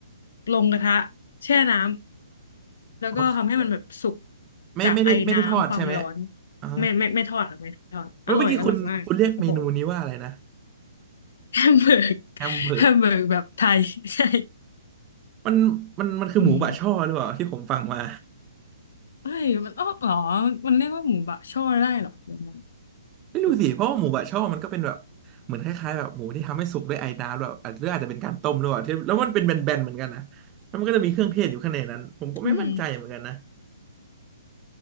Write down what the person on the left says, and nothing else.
ลงกระทะแช่น้ำแล้วก็ทำให้มันแบบสุก
จากไอน้ำความร้อน
ไม่ไม่ไม่ทอดค่ะไม่ทอดอร่อยอร่อยมากโอ้โห
<laughs> แฮมเบอร์ก
แฮมเบอร์กแบบไทย <laughs> ใช่
อืม เฮ้ยมันอ้อเหรอมันเรียกว่าหมูบะช่อได้เหรอแบบนั้น
เอออืม